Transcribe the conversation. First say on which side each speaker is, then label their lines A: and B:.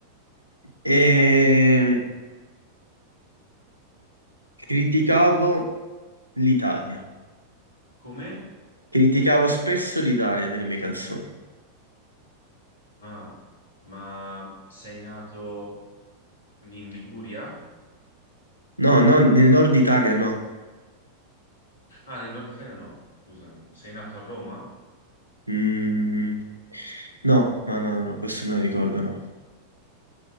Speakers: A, on the right; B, on the left.
A: Ehm, Criticavo l'Italia.
B: Come?
A: Criticavo spesso l'Italia nelle mie canzoni.
B: Ah, ma sei nato in Liguria?
A: No, no, nel nord Italia no.
B: Ah, nel nord Italia no, scusami. Sei nato a Roma?
A: Mm, no, no, no, no, no, questo me lo ricordo, no.